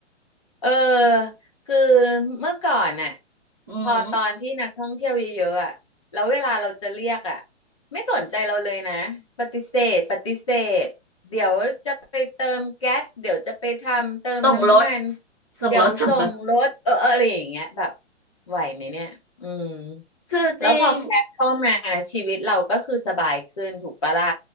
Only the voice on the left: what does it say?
เออคือเมื่อก่อนน่ะ
พอตอนที่นักท่องเที่ยวเยอะๆอ่ะแล้วเวลาเราจะเรียกอ่ะไม่สนใจเราเลยนะปฏิเสธปฏิเสธเดี๋ยวจะไปเติมแก๊สเดี๋ยวจะไปทำเติมน้ำมัน
เดี๋ยวส่งรถเออเอออะไรอย่างเงี้ยแบบไหวไหมเนี่ยอืม
แล้วพอแก๊สเข้ามาชีวิตเราก็คือสบายขึ้นถูกปะล่ะ